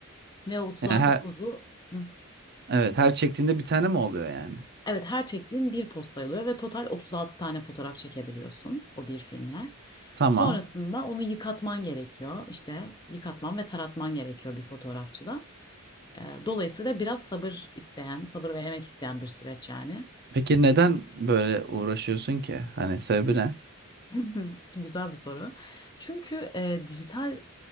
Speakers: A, on the left; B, on the right.
A: Ve o 36
B: Yani her
A: pozu hı,
B: evet her çektiğinde bir tane mi oluyor yani?
A: evet her çektiğin bir poz sayılıyor ve total 36 tane fotoğraf çekebiliyorsun o bir filmle.
B: Tamam.
A: Sonrasında onu yıkatman gerekiyor. İşte yıkatman ve taratman gerekiyor bir fotoğrafçıda. E, dolayısıyla biraz sabır isteyen, sabır ve emek isteyen bir süreç yani.
B: Peki neden böyle uğraşıyorsun ki? Hani sebebi ne?
A: <laughs> Güzel bir soru. Çünkü e, dijital